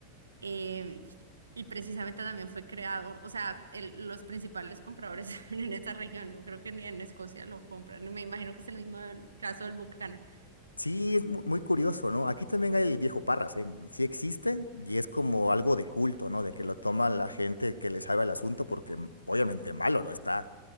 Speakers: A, on the right; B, on the left.
A: em, y precisamente también fue creado, o sea, el- los principales compradores <laughs> en esta región, no creo que ni en Escocia lo compran, me imagino que es el mismo del- caso del Buchanan.
B: Sí, es mu- muy curioso, ¿no? Aquí también hay el viejo Parras, ¿eh? Sí existe y es como algo de culto, ¿no? De que lo toma la gente que le sabe el asunto porque mm, obviamente malo no está,